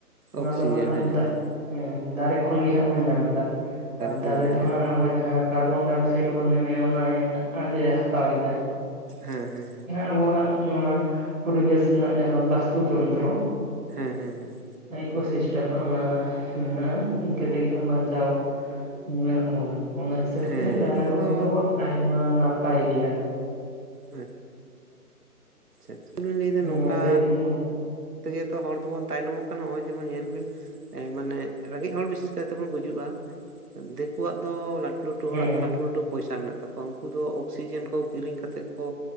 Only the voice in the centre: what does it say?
ᱚᱱᱟ
ᱫᱚ ᱦᱟᱸᱜ
ᱜᱟᱹᱜ
ᱦᱮᱸ ᱫᱟᱨᱮ ᱠᱷᱚᱱ ᱜᱮ ᱦᱟᱸᱜ ᱵᱚᱱ ᱧᱟᱢ ᱮᱫᱟ᱾ ᱟᱨ
ᱫᱟᱨᱮ
ᱫᱚ
ᱦᱟᱸᱜ
ᱟᱵᱳ ᱡᱟᱦᱟᱸ ᱠᱟᱨᱵᱚᱱ ᱰᱟᱭ ᱚᱠᱥᱟᱭᱤᱰ ᱵᱚᱱ ᱧᱟᱢᱮᱜ ᱼᱟ ᱚᱱᱟᱭ ᱟᱡ ᱮ ᱦᱟᱛᱟᱣᱮᱫᱟ᱾
ᱟᱵᱚᱣᱟᱜ ᱱᱚᱣᱟ ᱯᱚᱨᱤᱵᱮᱥ ᱨᱮᱱᱟᱜ ᱡᱟᱦᱟᱸ ᱵᱟᱥᱛᱩ ᱛᱚᱱᱛᱨᱚ᱾
ᱤᱠᱳ ᱥᱤᱥᱴᱮᱢ ᱦᱟᱸᱜ ᱚᱱᱟ ᱢᱮᱱᱟᱜᱼᱟ ᱤᱱᱠᱟᱹ ᱛᱮᱜᱮ ᱦᱟᱸᱜ ᱵᱟᱧᱪᱟᱣ ᱢᱮᱱᱟᱜ ᱵᱚᱱᱟ ᱚᱱᱟ ᱦᱤᱥᱟᱹᱵᱽ
ᱛᱮ ᱫᱟᱨᱮ ᱨᱚᱦᱚᱭ
ᱫᱚ ᱟᱭᱢᱟ ᱱᱟᱯᱟᱭ ᱜᱮᱭᱟ᱾
ᱦᱮᱸ
ᱞᱟᱹᱭ ᱵᱤᱱ
ᱦᱮᱸ